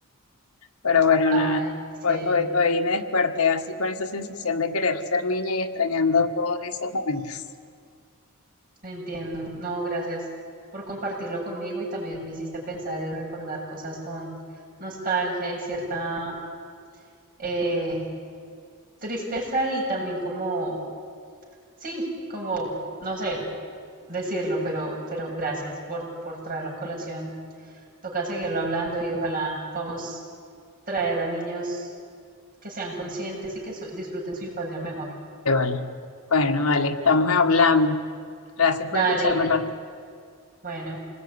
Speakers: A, on the left; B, on the right.
A: Pero bueno, nada,
B: Ay, sí,
A: hoy, hoy, hoy me desperté así con esa sensación de querer ser niña y extrañando todos esos momentos.
B: entiendo. No, gracias por compartirlo conmigo y también me hiciste pensar y recordar cosas con nostalgia y cierta eh, tristeza y también como, sí, como, no sé decirlo, pero, pero gracias por, por traerlo a colación. Toca seguirlo hablando y ojalá podamos traer a niños que sean conscientes y que su- disfruten su infancia mejor.
A: <laughs> Vale. Bueno, vale, estamos hablando. Gracias
B: Dale,
A: por escucharme, Rafa.
B: bueno.